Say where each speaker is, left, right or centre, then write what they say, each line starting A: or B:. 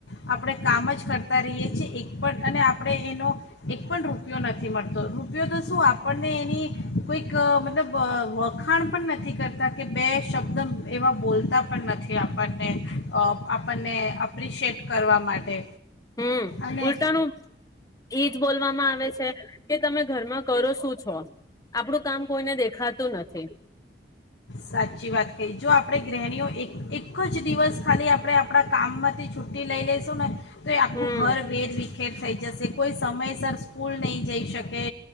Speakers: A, on the left; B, on the left.
A: આપણે કામ જ કરતા રહીએ છીએ. એક પણ અને આપણે એનો એક પણ રૂપિયો નથી મળતો રૂપિયો તો શું આપણને એની કોઈક મતલબ વખાણ પણ નથી કરતા કે બે શબ્દ એવા બોલતા પણ નથી આપણને આપણને અપ્રિશિએટ કરવા માટે.
B: હમ્મ
A: અને
B: ઉલટાનું એજ બોલવામાં આવે છે કે તમે ઘરમાં કરો શું છો આપડું કામ કોઈને દેખ ખાતું નથી.
A: સાચી વાત કહી જો આપણે ગ્રહણીઓ એક એક જ દિવસ ખાલી આપણે આપણા કામમાંથી છુટ્ટી લઈ લેશું ને તો એ આખું
B: હમ
A: ઘર વેર વી ખેર થઈ. જશે કોઈ સમયસર સ્કૂલ નહીં જઈ શકે